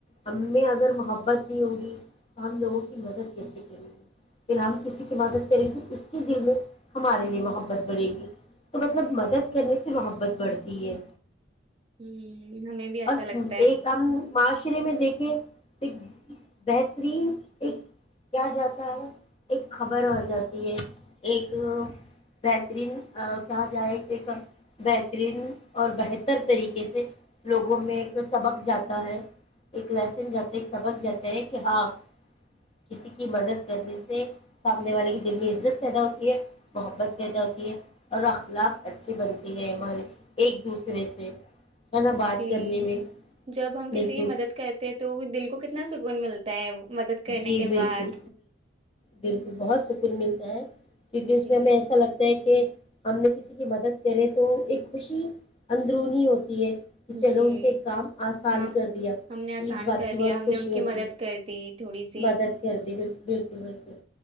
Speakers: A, on the left; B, on the right.
A: ہم میں اگر محبت نہیں ہوگی تو ہم لوگوں کی مدد کیسے کریں گے پھر ہم کسی کی مدد کریں گے تو اس کے دل میں ہمارے لیے محبت بڑھیں گی تو مطلب مدد کرنے سے محبت بڑھتی ہے
B: ہوں ہمیں بھی ایسا
A: اور
B: لگتا ہے
A: ایک ہم معاشرے میں دیکھے ایک بہترین ایک کیا جاتا ہے ایک خبر ہو جاتی ہے ایک بہترین کہا جائے کہ بہترین اور بہتر طریقے سے لوگوں میں ایک سبق جاتا ہے ایک لہسن جب سمجھ جاتا ہے کہ ہاں کسی کی مدد کرنے سے سامنے والے کے دل میں عزت پیدا ہوتی ہے محبت پیدا ہوتی ہے اور اخلاق اچھھی بنتی ہے ہماری ایک دوسرے سے ہے نا بات
B: جی
A: کرنے میں
B: جب ہم
A: بالکل
B: کسی کی مدد کرتے تو دل کو کتنا سکھ کون ملتا ہے مدد کرنے
A: جی
B: کے
A: بالکل
B: بعد
A: بالکل بہت سکون ملتا ہے کیونکہ اس
B: جی
A: میں ہمیں ایسا لگتا ہے کہ ہم نے کسی کی مدد کرے تو ایک خوشی اندرونی ہوتی ہے کہ چلو
B: جی
A: ان کے کام آسان
B: ہم
A: کر دیا
B: ہم نے آسان
A: تو اس بات
B: کر
A: کی بہت
B: دیا ہم نے
A: خوشی
B: ان
A: ہوتی
B: کی مدد
A: ہے
B: کر دی تھوڑی سی
A: مدد کر دی بالکل بالکل بالکل